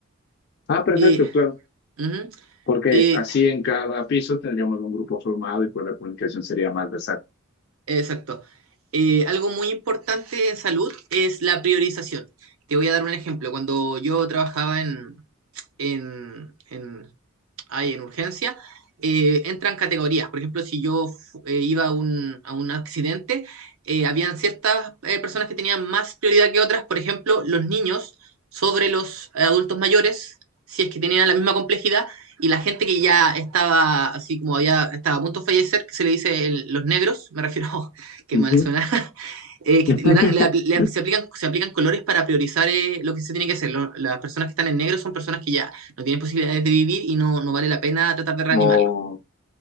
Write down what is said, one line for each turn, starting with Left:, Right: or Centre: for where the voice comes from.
Left: Ah, perfecto,
Right: Y,
Left: claro,
Right: ujú,
Left: porque
Right: y,
Left: así en cada piso tendríamos un grupo formado y pues la comunicación sería más versátil.
Right: exacto. Eh, algo muy importante en salud es la priorización. Te voy a dar un ejemplo. Cuando yo trabajaba en, en, en hay en urgencia, eh, entran categorías. Por ejemplo, si yo eh, iba a un, a un accidente, eh, habían ciertas eh, personas que tenían más prioridad que otras, por ejemplo, los niños sobre los eh, adultos mayores, si es que tenían la misma complejidad, y la gente que ya estaba, así como había, estaba a punto de fallecer, que se le dice el- los negros, me refiero, <laughs> que
Left: Ujú.
Right: mal suena, eh, que
Left: <laughs>
Right: le dan, le le se, aplican, se aplican colores para priorizar eh, lo que se tiene que hacer. Lo- las personas que están en negro son personas que ya no tienen posibilidades de vivir y no, no vale la pena tratar de reanimarlo.
Left: O,